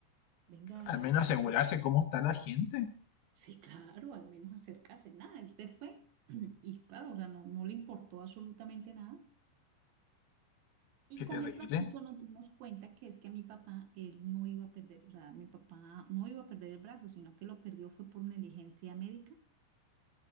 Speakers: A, on the right (about 65°); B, on the left (about 65°).
A: venga,
B: al menos
A: ayúdenme".
B: asegurarse cómo está la gente.
A: sí, claro, al menos acercarse, nada, él se fue <clears throat> y claro, o sea, no, no le importó absolutamente nada. Y
B: Qué terrible.
A: con el transcurso nos dimos cuenta que es que a mi papá, él no iba a perder, o sea, mi papá no iba a perder el brazo, sino que lo perdió fue por negligencia médica.